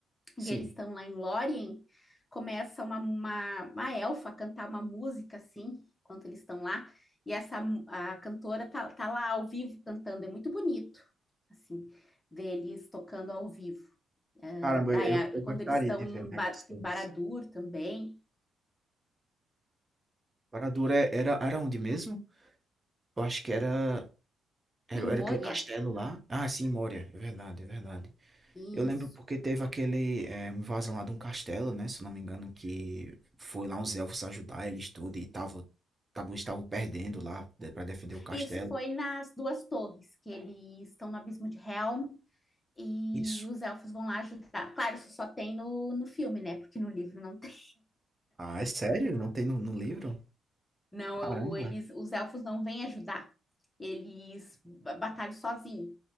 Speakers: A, on the right; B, on the left.
A: Sim.
B: e eles estão lá em Lórien, começa uma, uma, uma elfa a cantar uma música, assim, enquanto eles estão lá, e essa a cantora tá, tá lá ao vivo cantando, é muito bonito, assim, ver eles tocando ao vivo.
A: Caramba,
B: Daí,
A: eu,
B: a-
A: eu
B: quando
A: gostaria
B: eles estão
A: de
B: em,
A: ver um negócio
B: Bar,
A: desse.
B: em Barad-dûr também,
A: Barad-dûr era, era onde mesmo? Eu acho que era, era,
B: em Moria,
A: era aquele castelo lá. Ah, sim, Moria. É verdade, é verdade.
B: isso.
A: Eu lembro porque teve aquele é, invasão lá de um castelo, né? Se eu não me engano, que foi lá uns elfos ajudar eles tudo e tava, tavam- estavam perdendo lá de- pra defender o castelo.
B: Isso foi nas Duas Torres, que eles estão no Abismo de Helm, e
A: Isso.
B: os elfos vão lá ajudar. Claro, isso só tem no, no filme, né? Porque no livro não tem.
A: Ah, é sério? Não tem no, no livro?
B: Não,
A: Caramba.
B: eu- eles, os elfos não vêm ajudar. Eles batalham sozinhos.